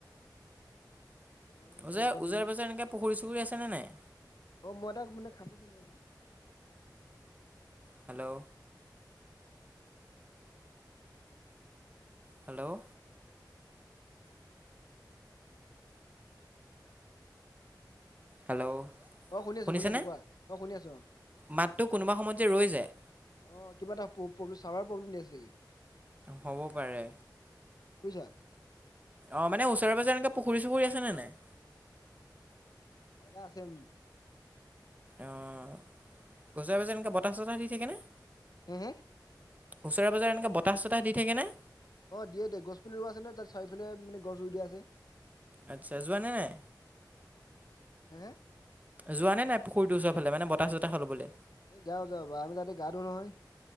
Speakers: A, on the left (about 60°); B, on the right (about 20°).
A: ছোৱালী মানুহ মানে
B: ওজাই
A: অকণ
B: ওজাৰ পাজৰে এনেকে পুখুৰী চুখুৰী আছে নে নাই?
A: অ মই তাক মানে খান্দি <unintelligible>
B: হেল্ল'
A: ন।
B: হেল্ল'
A: অ শুনি আছোঁ। কোৱা?
B: হেল্ল'
A: অ শুনি আছো
B: শুনিছেনে?
A: শুনি আছো কোৱা অ শুনি আছো অ
B: মাতটো কোনোবা সময়ত যে ৰৈ যায়।
A: অ কিবা এটা প প চাৰফাৰ প্ৰব্লেম দি আছে চাগৈ।
B: হ'ব পাৰে।
A: বুজিছা
B: অ মানে ওচৰে পাজৰে এনেকে পুখুৰী চুখুৰী আছে নে নাই।
A: দা আছে ইআম।
B: অ ওজৰে পাজৰে এনেকে বতাহ চতাহ দি থাকে নে?
A: হে হে
B: ওচৰে পাজৰে এনেকে বতাহ চতাহ দি থাকে নে?
A: অ দিয়ে দিয়ে গছ পুলি ৰুৱা আছে ন তাত চাৰিওফালে মানে গছ ৰুই দিয়া আছে।
B: আচ্ছা যোৱা নে, নাই
A: হে হে
B: যোৱা নে নাই? পুখুৰীটো ওচৰ ফালে মানে বতাহ চতাহ লবলে।
A: এই যাও যাও আমি তাতে গা ধো নহয়।